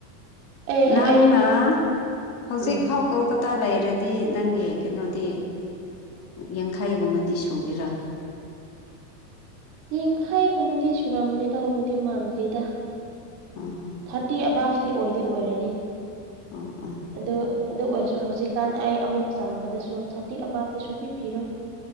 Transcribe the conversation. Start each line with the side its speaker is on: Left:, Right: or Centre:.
Right: ꯑꯦ
Left: ꯅꯪꯅ
Right: ꯑꯩ
Left: ꯍꯧꯖꯤꯛ
Right: ꯎꯝ
Left: ꯐꯥꯎ ꯀꯣꯜꯀꯇꯥ ꯂꯩꯔꯗꯤ ꯅꯪꯒꯤ ꯀꯩꯅꯣꯗꯤ ꯌꯥꯡꯈꯩꯒꯨꯝꯕꯗꯤ ꯁꯨꯒꯦꯔꯥ
Right: ꯌꯦꯡꯈꯥꯏꯒꯨꯝꯕꯗꯤ ꯁꯨꯔꯝꯒꯦ ꯇꯧꯕꯗꯤ ꯃꯥꯟꯗ꯭ꯔꯤꯗ
Left: ꯑꯥ
Right: ꯊꯥꯔꯇꯤ ꯑꯕꯥꯞꯇꯤ ꯑꯣꯏꯗꯤ ꯑꯣꯏꯔꯅꯤ
Left: ꯑꯥ ꯑꯥ
Right: ꯑꯗꯨ ꯑꯗꯨ ꯑꯣꯏꯔꯁꯨ ꯍꯧꯖꯤꯛꯀꯥꯟ ꯑꯩ ꯑꯃꯨꯛ ꯆꯥꯡꯕꯗꯁꯨ ꯊꯥꯔꯇꯤ ꯑꯕꯥꯞꯇꯤ ꯁꯨꯄꯤ ꯄꯤꯔꯣꯏ <unintelligible>